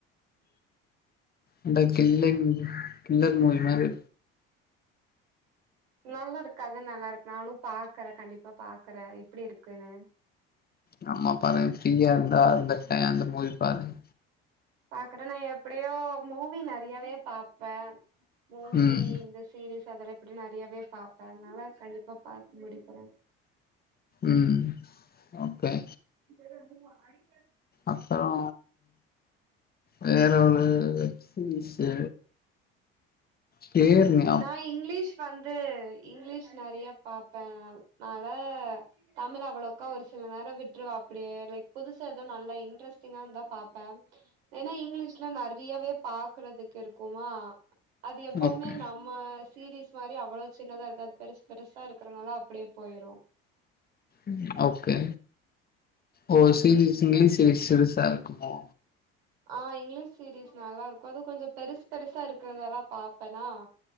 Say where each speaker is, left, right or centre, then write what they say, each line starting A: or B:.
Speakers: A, on the left (about 30°); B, on the right (about 85°).
A: இந்த கில்லிங் கில்லர் மூவி மாரி
B: நல்லாருக்கு கத நல்லா இருக்கு நானு பாக்கறே கண்டிப்பா பாக்கறே இப்டி இருக்குனு
A: நம்ம பாருங்க ஃப்ரீயா இருந்தா அந்த சேன்ல மூவி பாருங்க
B: பாக்கறே நா எப்டியு மூவி நறையாவே பாப்பே மூவி
A: ம்
B: இந்த சீரிஸ் அதெல்ல எப்டி நறையவே பாப்பே அனால கண்டிப்பா பாத்து முடிக்கிறே
A: ம் ஓகே
B: <unintelligible>
A: அப்பறோ வேற ஒரு வெப் சீரீஷு ஹியர்னு
B: நா இங்லீஷ் வந்து இங்லீஷ் நறியா பாப்பே அன்னால தமிழ் அவ்வளோக்கா ஒரு சில நேரோ விட்ருவ அப் அப்பிடியே லைக் புதுசா எதோ நல்லா இன்ட்ரெஸ்டிங்கார்ந்தா பாப்பே ஏனா இங்கிலீஷ்ல நறியவே பாக்குறதுக்கு இருக்குமா அது எப்போவுமே
A: ஓகே
B: நம் நம்ம சீரீஸ் மாரி அவ்ளோ சின்னதா இருக்காது பெருஸ் பெருசா இருக்கறனால அப்டே போய்ரு
A: ம் ஓகே உங்க சீரிஸ் இங்லிஷ் இதில் சிருசா இருக்குமோ
B: ஆ இங்லீஷ் சீரீஸ் நல்லா இருக்கு அது கொஞ்சோ பெருஸ் பெருசா இருக்கறதெல்லா பாப்பெனா